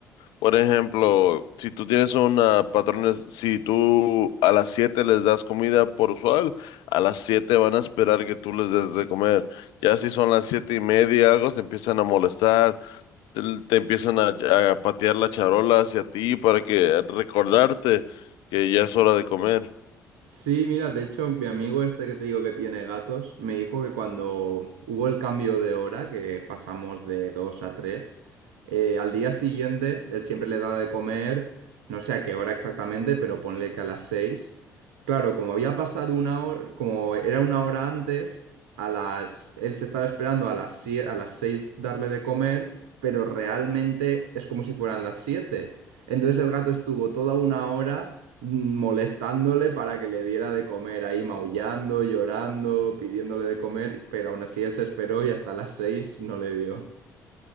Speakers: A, on the left; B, on the right.
A: por ejemplo, si tú tienes una patrona, si tú a las 7 les das comida por usual, a las 7 van a esperar que tú les des de comer. Ya si son las siete y media, algo, se empiezan a molestar el- te empiezan a, a patear la charola hacia ti para que recordarte que ya es hora de comer.
B: Sí, mira, de hecho, mi amigo este que te digo que tiene gatos, me dijo que cuando hubo el cambio de hora, que pasamos de 2 a 3, eh, al día siguiente él siempre le da de comer, no sé a qué hora exactamente, pero ponle que a las 6. Claro, como había pasado una hora, como era una hora antes, a las, él se estaba esperando a las, sie- a las 6 darle de comer, pero realmente es como si fueran las 7. Entonces el gato estuvo toda una hora molestándole para que le diera de comer, ahí maullando, llorando, pidiéndole de comer, pero aún así él se esperó y hasta las seis no le dio.